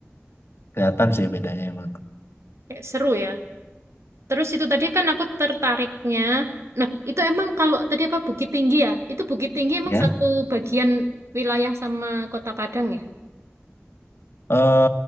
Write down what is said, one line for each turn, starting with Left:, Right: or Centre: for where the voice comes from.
Left: kelihatan sih bedanya emang
Right: Kayak seru ya. Terus itu tadi kan aku tertariknya. Nah, itu emang kalau tadi apa Bukit Tinggi ya? Itu Bukit Tinggi emang
Left: ya
Right: satu bagian wilayah sama Kota Padang ya?
Left: eh